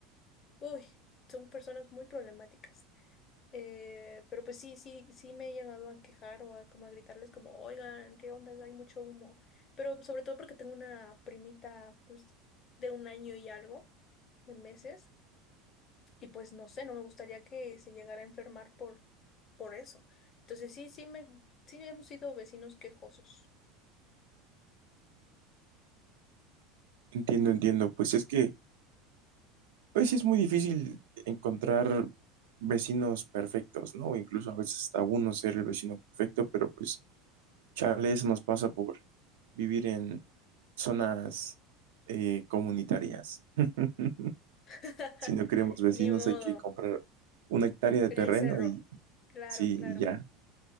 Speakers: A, on the left; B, on the right.
A: Uy, son personas muy problemáticas. Eh, pero pues sí, sí, sí me he llegado a quejar o a como a gritarles como, oigan, ¿qué onda? Hay mucho humo. Pero sobre todo porque tengo una primita pues de un año y algo de meses y pues no sé, no me gustaría que se llegara a enfermar por, por eso. Entonces sí, sí me, sí hemos sido vecinos quejosos.
B: Entiendo, entiendo, pues es que... Pues sí es muy difícil encontrar vecinos perfectos, ¿no? Incluso a veces hasta uno ser el vecino perfecto, pero pues chale, eso nos pasa por vivir en zonas eh, comunitarias. <laughs>
A: <laughs>
B: Si no queremos vecinos,
A: Ni modo,
B: hay que comprar una hectárea de
A: en
B: terreno
A: el cerro.
B: y
A: Claro,
B: sí,
A: claro.
B: y ya.